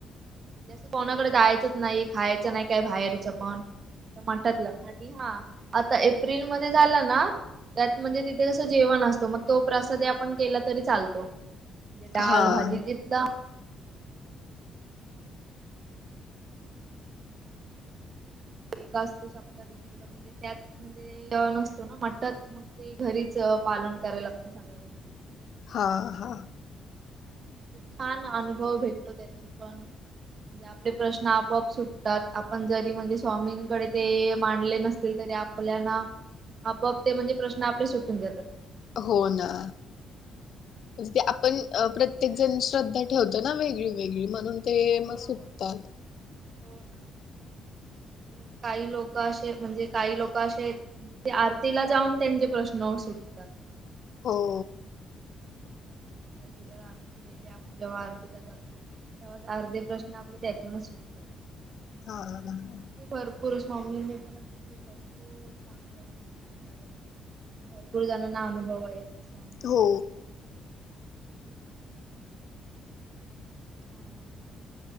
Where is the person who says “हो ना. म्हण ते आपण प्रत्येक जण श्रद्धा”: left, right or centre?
Left